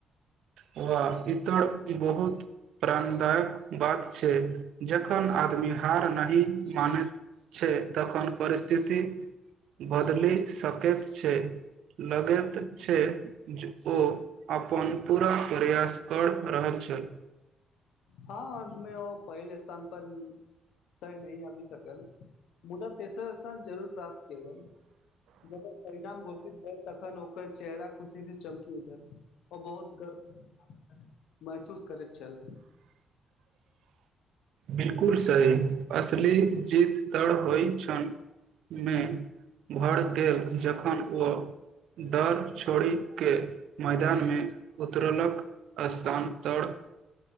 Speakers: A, on the right; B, on the left.
A: व इतर बहुत प्राणदायक बात छै जखन आदमी हार नहि मानैत छै तखन परिस्थिति बदलि सकैत छै लगैत छै जे ओ अपन पूरा प्रयास कर रहल छल
B: हँ अन्तमे ओ पहिल स्थान पर तय नहि आबी सकल मुदा तेसर स्थान जरूर प्राप्त कयलक जखन परिणाम घोषित भेल तखन ओकर चेहरा खुशी से चमकी उठल आ बहुत गर्व महसूस करैत छल
A: बिलकुल सही असली जीत तड़ होइ क मे भर गेल जखन ओ डर छोड़िक के मैदान मे उतरलक स्थान तर